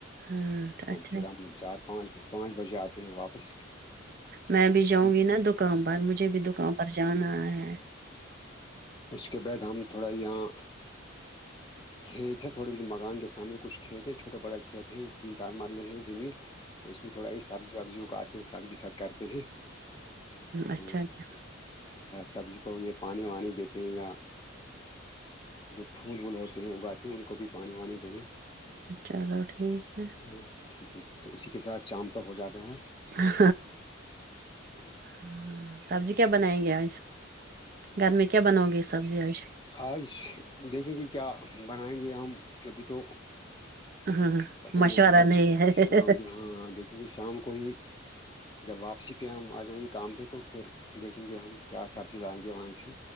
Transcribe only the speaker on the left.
پھر
ہم چار پانچ پانچ بجے آتے ہیں واپس
پھر
اس کے بعد ہم تھوڑا یہاں کھیت ہے تھوڑے ب مکان کے سامنے کچھ کھیت ہیں چوٹے بڑے کھیت ہیں تین چار مرلے ہیں زمین تو اس میں تھوڑا یہ سبزی وبزیوں کو آتے ہیں سب کے سات کرتے ہیں
تو
سبزی کو یہ پانی وانی دیتے ہیں یا جو پھول وول ہوتے ہیں اگاتے ہیں ان کو بھی پانی وانی دیننے
ہاں ٹھیک ہے تو اسی کے ساتھ شام تک ہو جاتا ہے
تو
آج دیکھیں گے کیا بنائیں گے ہم کبھی تو
پتہ
نہیں پہلا
شام کی وہاں دیک کیونکہ شام کو ہی جب واپسی پہ ہم آ جائیں گے کام پہ تو پھر دیکھیں گے ہم کیا سبزی لائیں گے وہاں سے